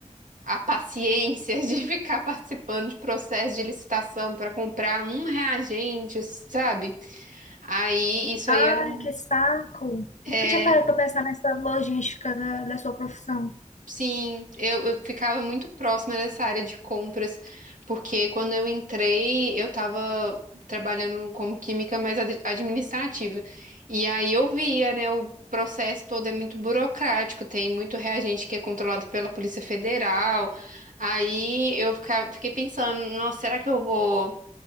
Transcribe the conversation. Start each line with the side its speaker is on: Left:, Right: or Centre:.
Right: a paciência <laughs> de ficar participando de processo de licitação para comprar um reagente, sabe? Aí, isso
Left: Ai,
Right: aí era. um-
Left: que saco!
Right: É,
Left: Nunca tinha parado pra pensar nessa logística da, da sua profissão.
Right: sim, eu, eu ficava muito próxima dessa área de compras, porque quando eu entrei, eu estava trabalhando como química, mas ad- administrativa. E aí eu via, né, o processo todo é muito burocrático, tem muito reagente que é controlado pela Polícia Federal. Aí eu fica- fiquei pensando, nossa, será que eu vou.